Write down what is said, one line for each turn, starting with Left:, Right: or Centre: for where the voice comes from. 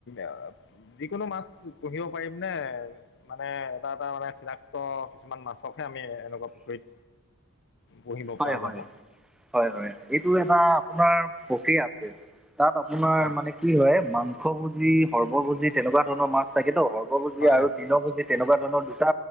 Left: আ যিকোনো মাছ পুহিব পাৰিম নে মানে এটা এটা মানে চিনাক্ত কিছুমান মাছকহে আমি এনেকোৱা পুখুৰীত পুহিব
Centre: হয়
Left: পৰা
Centre: হয়
Left: যাব।
Centre: হয় হয় এইটো এটা আপোনাৰ প্ৰক্ৰিয়া আছে তাত আপোনাৰ
Left: অঁ
Centre: মানে কি হয় মাংসভোজী, সৰ্বভোজী তেনেকোৱা ধৰণৰ মাছ থাকেতো সৰ্বভোজী
Left: হয়
Centre: আৰু তৃণ ভোজীত তেনেকোৱা ধৰণৰ দুটা